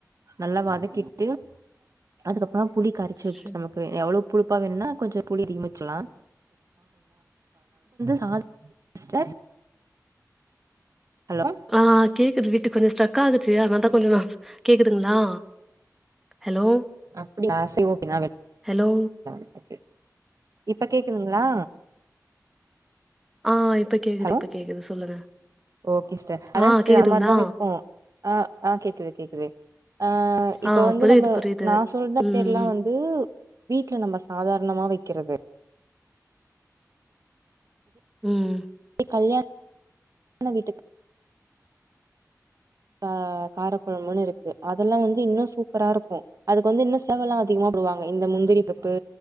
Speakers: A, on the right; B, in the centre.
A: நல்லா வதக்கிட்டு அதுக்கப்புற புளி கரைச்சு வச்சுட்டு
B: ச
A: நமக்கு எவ்வளோக் புளிப்பு வேணுன்னா கொஞ்ச புளி அதிகமா வச்சுல்லா <inaudible> ஸ்டர் ஹலோ
B: ஆ கேக்குது விட்டு கொஞ்ச ஸ்ட்ரக்கா ஆகுச்சு அதனால தா கொஞ்ச கேக்குதுங்களா ஹலோ
A: அப்டியா சேர் ஓ நா
B: ஹலோ
A: <inaudible> இப்ப கேக்குதுங்களா
B: ஆ இப்ப கேக்குது
A: ஹலோ
B: இப்ப கேக்குது சொல்லுங்க
A: ஓகே சிஸ்டர் அதா
B: ஆ
A: சிஸ்டர்
B: கேக்குதுங்களா
A: அந்த மாரிதா வப்போ ஆ ஆ கேக்குது கேக்குது ஆ இப்ப
B: ஆ
A: வந்து
B: புரியுது
A: நம்ப
B: புரியுது
A: நா சொல்ற மெத்தேட்ல
B: ம்
A: வந்து வீட்ல நம்ம சாதாரணமா வைக்கறது
B: ம்
A: கல்யாண வீட்டுக் ஆ காரக்கொழம்புன்னு இருக்கு அதெல்லா வந்து இன்னு சூப்பரா இருக்கு அதுக்கு வந்து இன்னு செலவல்லா அதிகமா போடுவாங்க இந்த முந்திரிப்பருப்பு